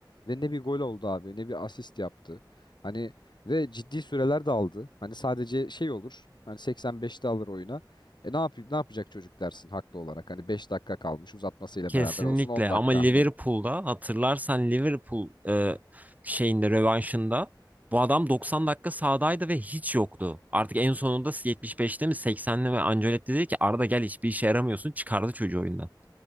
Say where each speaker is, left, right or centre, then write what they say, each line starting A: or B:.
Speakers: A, on the left; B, on the right.
A: Ve ne bir gol oldu abi ne bir asist yaptı. Hani ve ciddi süreler de aldı. Hani sadece şey olur. Hani 85'te alır oyuna. E ne yapıyor ne yapacak çocuk dersin haklı olarak. Hani 5 dakika kalmış uzatmasıyla
B: Kesinlikle
A: beraber olsun 10 dakika
B: ama Liverpool'da
A: hani
B: hatırlarsan Liverpool e, şeyinde rövanşında bu adam 90 dakika sahadaydı ve hiç yoktu. Artık en sonunda yetmiş beşte mi seksenli mi Ancelotti dedi ki Arda gel hiçbir işe yaramıyorsun çıkardı çocuğu oyundan.